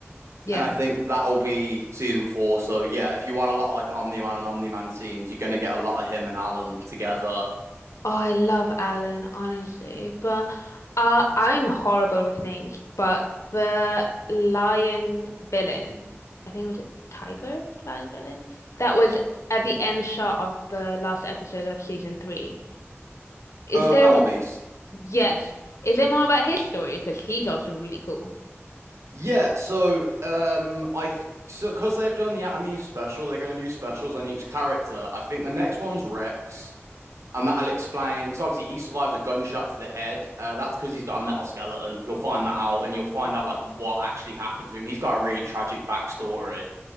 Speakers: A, on the left (about 85°); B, on the right (about 85°).
A: Yeah.
B: And I think that'll be season four. So yeah, if you want a lot of like Omni-Man and Omni-Man scenes, you're gonna get a lot of him and Alan together.
A: Oh, I love Alan, honestly, but uh, I'm horrible with names. But the lion villain, I think it was a tiger lion villain, that was at the end shot of the last episode of season three. Is
B: Uh,
A: there,
B: Battle Beast.
A: yes, is there more about his story? Because he's also really cool.
B: Yeah, so um, I th so because they've done the Atomeme special, they're gonna do specials on each character. I think the next one's Rex. And that'll explain, because obviously he survives a gunshot to the head. Uh, that's because he's got a metal skeleton. You'll find that out, and you'll find out like what actually happened to him. He's got a really tragic backstory.